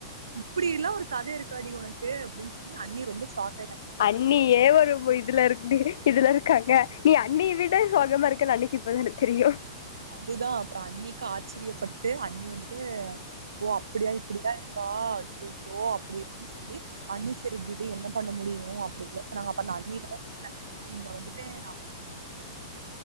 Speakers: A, on the right; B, on the left.
A: இப்பிடி எல்லா ஒரு கத இருக் காடி உனக்கு அப்டின்னு சொல்லி அண்ணி ரொம்ப சாக்
B: அண்ணியே ஒரு இவ் இதுல இருக்ந்து இதுல இருக்காங்க நீ அண் ண்ணிய விட சோகமா இருக்கன்னு அண்ணிக்கு இப்பதா எனக்கு தெரியு
A: அதுதா அப்புற அண்ணிக்கு ஆச்சிரியப்பட்டு அண்ணி வந்துட்டு ஓ அப்பிடியா இப்டிதா இருக்கா போய்க்கோ அப்டி இப்டின்னு சொல்லி அண்ணி செரி விடு என்ன பண்ண முடியு அப்டி பேசுனாங்க அப்பர் நா அண்ணிட்ட தா சொன்னே நீங்க வந்துட்டு <inaudible>